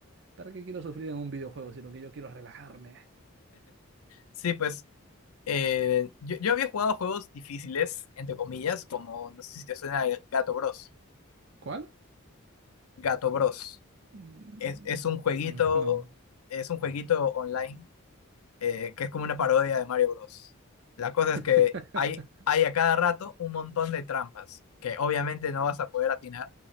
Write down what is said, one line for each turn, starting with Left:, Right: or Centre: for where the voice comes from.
Right: ¿Para qué quiero sufrir en un videojuego si lo que yo quiero es relajarme?
Left: Sí, pues eh, yo, yo había jugado juegos difíciles, entre comillas, como, no sé si te suena el Gato Bros.
Right: ¿Cuál?
Left: Gato Bros.
Right: Mm,
Left: Es, es un jueguito,
Right: mm, No.
Left: es un jueguito online eh, que es como una parodia de Mario Bros. La cosa es
Right: <laughs>
Left: que hay, hay a cada rato un montón de trampas que obviamente no vas a poder atinar